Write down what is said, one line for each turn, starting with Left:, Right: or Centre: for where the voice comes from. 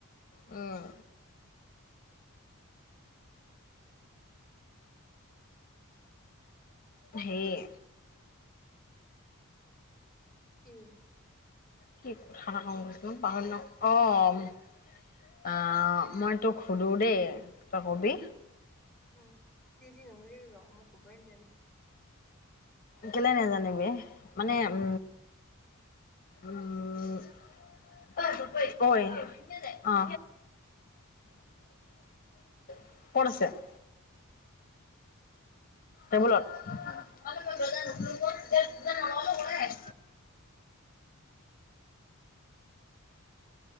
Left: উম সেয়ে
Centre: কি
Left: কি কথা এটা কং কৈছিলোং পাহৰিলোং অ আহ মই তোক সোধো দেই তই কবি
Centre: উম যি তি নোসোদিবি ক মই কব নেজানিম
Left: কেলে নেজানিবি মানে উম উম ঐ অ অ <unintelligible> কত আছে <unintelligible> টেবুলত সেইকাৰণে দৰ্জা নোখোলোং ক তেতিয়া নলগালো হয়ে